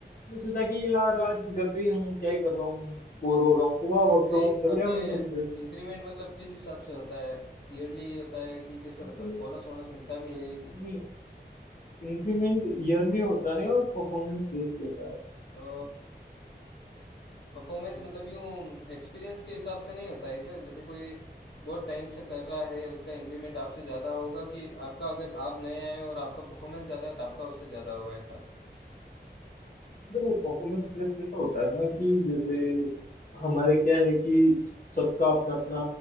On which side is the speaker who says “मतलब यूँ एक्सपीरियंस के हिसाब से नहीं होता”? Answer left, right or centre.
Left